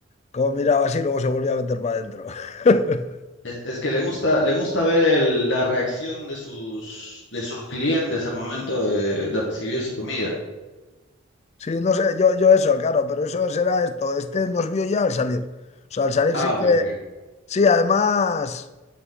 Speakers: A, on the left; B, on the left.
A: Como miraba así, luego se volvía a meter para adentro. <laughs>
B: Es, es que le gusta, le gusta ver el- la reacción de sus, de sus clientes al momento de, de recibir su comida.
A: Sí, no sé, yo, yo eso, claro, pero eso será esto. Este nos vio ya al salir. O sea, al salir
B: Ah,
A: sí
B: ok,
A: que.
B: ok.
A: Sí, además,